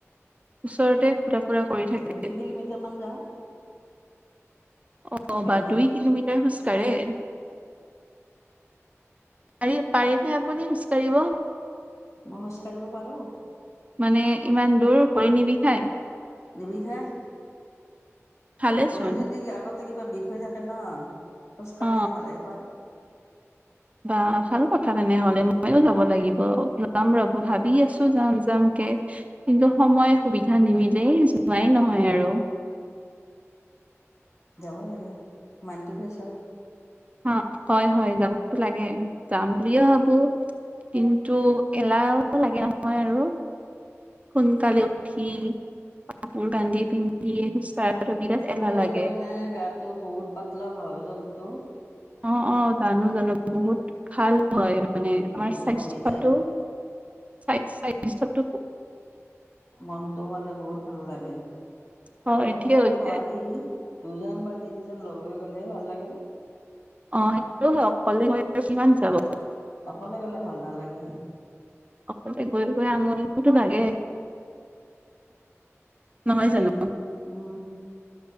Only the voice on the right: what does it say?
ওচৰতে, ঘুৰা ফুৰা কৰি থাকে
অ,
বা দুই
কিলোমিটাৰ খোজকাঢ়ে? পাৰি, পাৰে নে আপুনি খোজকাঢ়িব?
মানে ইমান দূৰ, ভৰি নিবিষায়?
ভালেচোন
অ
বা ভাল কথা তেনেহলে ময়ো যাব লাগিব। যাম ৰ। ভাবি আছো যাম যাম কে কিন্তু সময় সুবিধা নিমিলেই, যোৱাই নহয় আৰু।
অ হয় হয়, যাবতো লাগে। যাম বুলিয়ে ভাবো, কিন্তু এলাহও লাগে নহয় আৰু। সোনকালে উঠি, কাপোৰ কানি পিন্ধি। কঢ়াটো বিৰাট
এলাহ
লাগে
অ অ জানো জানো বহুত ভাল হয় মানে
আমাৰ স্বাস্থ্যটো
স্বাস্থ্য ত
হয়
ঠিকে
হৈছে
অ সেইটো অকলে কিমান চাব
অকলতে গৈ গৈ আমনিতো লাগে নহয় জানো